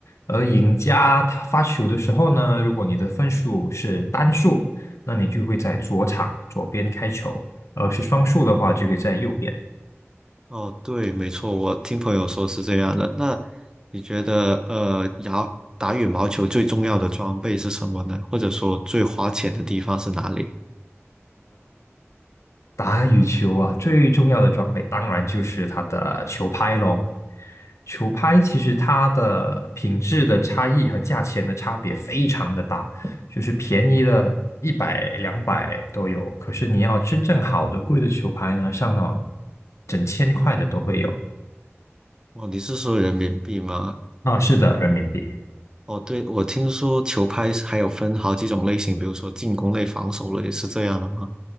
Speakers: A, on the left; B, on the right.
A: 而赢家他发球的时候呢，如果你的分数是单数，那你就会在左场左边开球；而是双数的话，就会在右边。
B: 哦，对，没错，我听朋友说是这样的。那你觉得，呃，打打羽毛球最重要的装备是什么呢？或者说最花钱的地方是哪里？
A: 打羽球啊，最重要的装备当然就是它的球拍咯。球拍其实它的品质的差异和价钱的差别非常的大，就是便宜的一百两百都有，可是你要真正好的贵的球拍呢，上到整千块的都会有。
B: 哦，你是说人民币吗？
A: 啊，是的，人民币。
B: 哦，对，我听说球拍是还有分好几种类型，比如说进攻类、防守类，是这样的吗？